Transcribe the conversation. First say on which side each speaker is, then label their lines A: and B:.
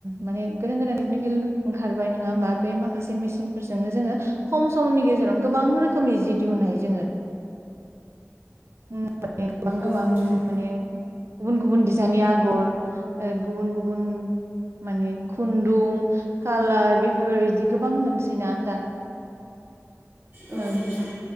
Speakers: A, on the right; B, on the right.
A: माने गोदान गोदान टेकनिकेल ओंखारबाय नङा ओमबा बे मा? खासे मेसिनफोरजोंनो जोङो खम समनि गेजेरावनो गोबां रोखोमनि जि दिहुननो हायो जोङो उम माने गोबां गोबां
B: औ नोंथां
A: माने गुबुन गुबुन दिस फिसानि आगर ओ गुबुन गुबुन माने खुन्दुं कालार बेफोरबायदि गोबां मोनसैना दा।
B: औ
A: ओ
B: नोंथां।